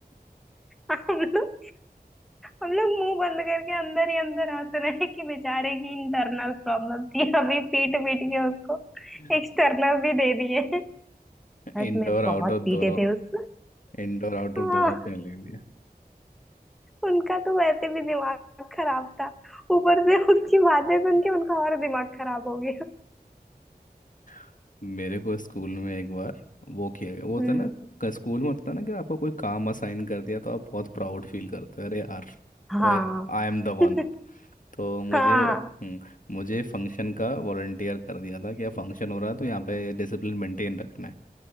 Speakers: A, in the centre; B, on the left (about 55°).
A: हम लोग हम लोग मुंह बंद करके अंदर ही अंदर हंस रहे हैं कि बेचारे की इंटरनल प्रॉब्लम थी अभी पीट पीट के उसको
B: <laughs>
A: एक्सटर्नल भी दे दिए सच
B: इंडोर
A: में बहुत
B: आउटडोर
A: पीटे
B: दोनों
A: थे उसको
B: इंडोर आउटडोर
A: हाँ
B: दोनों पे ले लिया
A: उनका तो वैसे भी दिमाग खराब था ऊपर से उसकी बातें सुन के उनका और दिमाग खराब हो गया
B: <laughs> मेरे को स्कूल में एक बार वो किया गया वो होता
A: हम्म
B: है ना क- स्कूल में होता है ना कि आपको कोई काम असाइन कर दिया तो आप बहुत प्राउड फील करते हो अरे यार
A: हाँ
B: ओए आई एम द वन
A: <laughs>
B: तो मुझे
A: हाँ
B: हम्म, मुझे फंक्शन का वॉलंटियर कर दिया था कि फंक्शन हो रहा है तो यहाँ पे डिसिप्लिन मेंटेन रखना है